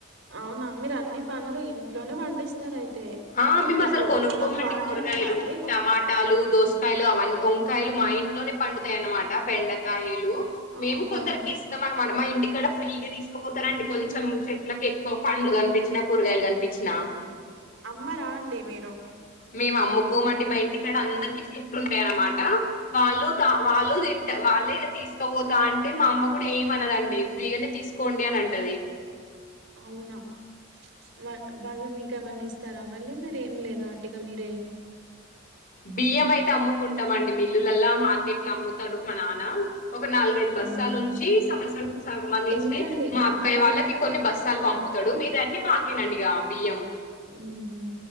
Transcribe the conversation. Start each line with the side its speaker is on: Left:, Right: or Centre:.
Right: అవునా మీరు అన్ని పండ్లు ఇంట్లోనే పండిస్తారు అయితే
Left: ఆ మేము
Right: మీకు
Left: అసలు కొనుక్కోమండి
Right: పొలం బానే
Left: కూరగాయలు
Right: ఉందా అండి
Left: టమాటాలు దోసకాయలు అవన్నీ వంకాయలు మా ఇంట్లోనే పండుతాయ అన్నమాట బెండకాయలు
Right: అవునా
Left: మేము కొందరికి ఇస్తాం మా ఇంటికాడ ఫ్రీగా తీసుకుపోతారంండి కొంచెం చెట్లకి ఎక్కువ పండ్లు కనిపించిన కూరగాయలు కనిపించిన
Right: అమ్మరాండి మీరు
Left: మేము అమ్ముకోమండి మా ఇంటికాడ అందరికి చెట్లుంటాయ అన్నమాట వాళ్ళు త వాళ్ళు తింట వాళ్ళే తీసుకపోతా అంటే మా అమ్మ కూడా ఎం అనదండి ఫ్రీగానే తీసుకు కోండి అని అంటది.
Right: అవునా వా వాళ్ళు మీకు ఏమన్నా ఇస్తారా మళ్ళీ మీరు ఏం లేదా అటిగా మీరే
Left: బియ్యం అయితే అమ్ముకుంటాం అండి మిల్లులలా మార్కెట్ లో అమ్ముతాడు మా నాన్న ఒక నాలుగైదు బస్తాలు
Right: అవునా
Left: ఉంచి సంవత్సరం కి సంబంధించిన
Right: ఎంతండి
Left: మా
Right: క్వింటాల్
Left: అక్కయ
Right: కి
Left: వాళ్ళకి
Right: ఎంత
Left: కొన్ని బస్తాలు పంపుతాడు మీ ఇవ్వని మాకే నండి ఇగ బియ్యం
Right: హ్మ్మ్